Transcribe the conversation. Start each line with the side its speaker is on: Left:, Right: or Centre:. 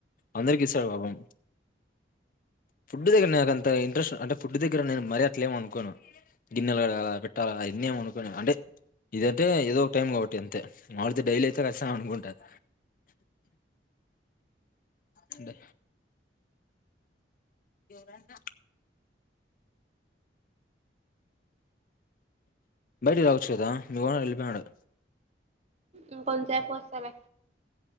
Left: అందరికి ఇస్తాడు బాబం ఫుడ్ దగ్గర నాకంత ఇంట్రెస్ట్ అంటే ఫుడ్ దగ్గర నేను మరీ అట్లేమ అనుకున్నాను గిన్నెలు కడగాల పెట్టాలా ఇన్నేమ అనుకునే అంటే ఇదంటే ఏదో ఒక టైం కాబట్టి అంతే మామళైతే డైలీ అయితే కస్తాం అనుకుంటారు అంటే ఎవరానా బయటికి రావచ్చు కదా మీ ఓనర్ వెళ్ళిపోయియాడు
Right: ఇంకోసేపుకి వస్తా లే